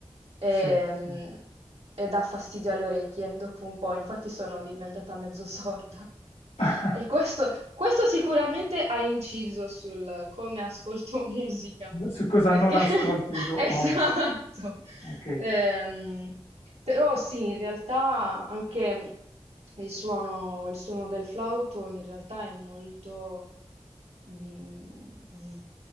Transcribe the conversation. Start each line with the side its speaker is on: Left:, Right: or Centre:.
Right: e,
Left: Sì,
Right: mm,
Left: sì.
Right: e dà fastidio alle orecchie dopo un po', infatti sono diventata mezzo sorda. <laughs>
Left: <laughs>
Right: E questo, questo sicuramente ha inciso sul come ascolto <laughs> musica.
Left: Su cosa
Right: Perché
Left: non ascolti
Right: <laughs>
Left: do-
Right: esatto.
Left: oggi. Ok,
Right: Ehm, però sì, in realtà anche il suono, il suono del flauto in realtà è molto... mm, v-